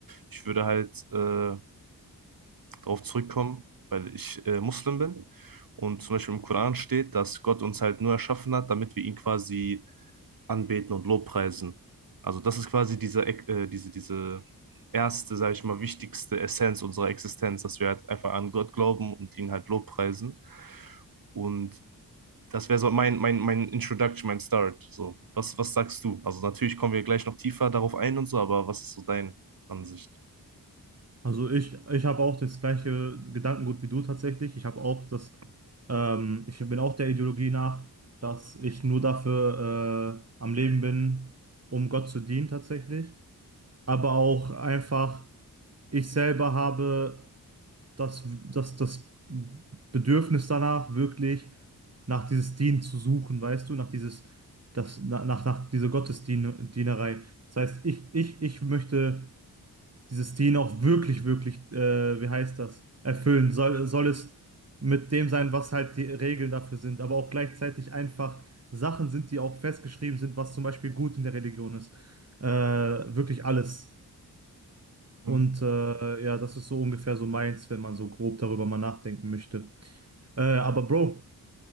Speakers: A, on the right; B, on the right.
A: Ich würde halt äh, darauf zurückkommen, weil ich äh, Muslim bin und zum Beispiel im Koran steht, dass Gott uns halt nur erschaffen hat, damit wir ihn quasi anbeten und lobpreisen. Also das ist quasi diese, Eck- äh, diese, diese erste, sage ich mal, wichtigste Essenz unserer Existenz, dass wir halt einfach an Gott glauben und ihn halt lobpreisen. Und das wäre so mein, mein, mein Introduction, mein Start. So, was, was sagst du? Also natürlich kommen wir gleich noch tiefer darauf ein und so, aber was ist so deine Ansicht?
B: Also ich, ich habe auch das gleiche Gedankengut wie du tatsächlich. Ich habe auch das, ähm, ich bin auch der Ideologie nach, dass ich nur dafür äh, am Leben bin, um Gott zu dienen tatsächlich. Aber auch einfach, ich selber habe das, das, das Bedürfnis danach, wirklich nach dieses Dienen zu suchen, weißt du, nach dieses, das, nach, nach, nach dieser Gottesdienerei. Das heißt, ich, ich, ich möchte. dieses Ding auch wirklich, wirklich, äh, wie heißt das, erfüllen. Soll, soll es mit dem sein, was halt die Regeln dafür sind, aber auch gleichzeitig einfach Sachen sind, die auch festgeschrieben sind, was zum Beispiel gut in der Religion ist. Äh, wirklich alles.
A: Mhm.
B: Und äh, ja, das ist so ungefähr so meins, wenn man so grob darüber mal nachdenken möchte. Äh, aber Bro,